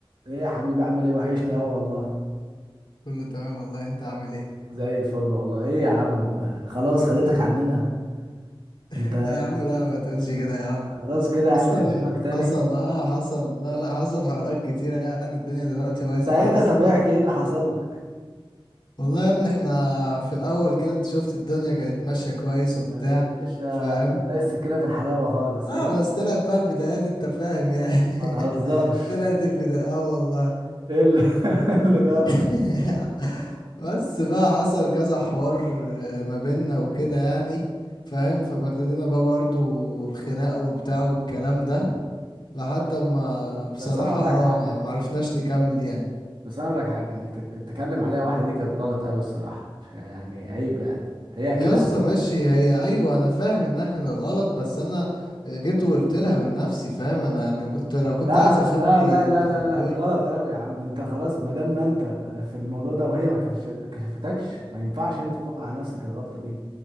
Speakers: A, on the right; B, on the left.
A: ايه يا حبيبي عامل ايه وحشني اوي والله
B: كله تمام والله انت عامل ايه
A: زي الفل والله ايه يا عم خلاص خدتك عننا
B: <laughs>
A: انت
B: يا عم لا ما تقولش كده يا عم
A: خلاص كده يا عم
B: اصلا
A: مش هنشوفك تاني
B: حصل اه حصل لا لا حصل حوارات كتيرة يعني الدنيا دلوقتي بايظة
A: ساعتها
B: خالص
A: طب احكي ايه اللي حصل لك
B: والله يا ابني احنا في الاول كده انت شفت الدنيا كانت ماشية كويس وبتاع
A: يعني اتمشى
B: فاهم
A: زي السكينة في الحلاوة خالص
B: اه
A: ايه اللي-
B: بس طلعت بقى البدايات انت فاهم يعني
A: ما تهزرش
B: <laughs> طلعت البداية اه والله
A: ايه اللي, <laughs> اللي جرى
B: <laughs> بس بقى حصل كذا حوار آه، ما بيننا وكده يعني فاهم فبدلنا بقى برضو الخناقة وبتاع والكلام ده لحد
A: طب
B: ما بصراحة
A: بس انا اقول
B: اه
A: لك حاجة
B: ما
A: يعني.
B: ما عرفناش نكمل يعني
A: بس انا اقول لك حاجة انك تك- تتكلم عليها واحدة دي كانت غلط قوي الصراحة يعني عيب يعني هي اكيد
B: يا اسطى ماشي هي ايوه انا فاهم انها كانت غلط بس انا جيت وقلت لها من نفسي فاهم انا يعني كنت لو كنت
A: لا
B: عايز اخبي
A: لا لا
B: كنت
A: لا لا
B: خبيه
A: لا غلط قوي يا عم انت خلاص ما دام ما انت في الموضوع ده وهي ما كفش- كشفتكش ما ينفعش انت توقع نفسك الغلطة دي